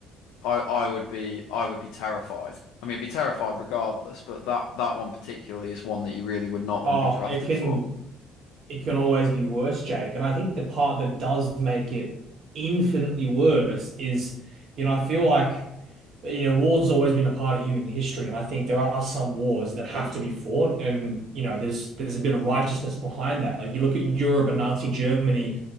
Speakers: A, on the left; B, on the right.
A: I I would be I would be terrified. I mean, I'd be terrified regardless, but that that one particularly is one that you really would not want
B: Oh,
A: to be drafted
B: it can
A: for.
B: it can always be worse, Jake. And I think the part that does make it infinitely worse is, you know, I feel like, you know, war's always been a part of human history, and I think there are some wars that have to be fought, and you know, there's there's a bit of righteousness behind that. Like you look at Europe and Nazi Germany,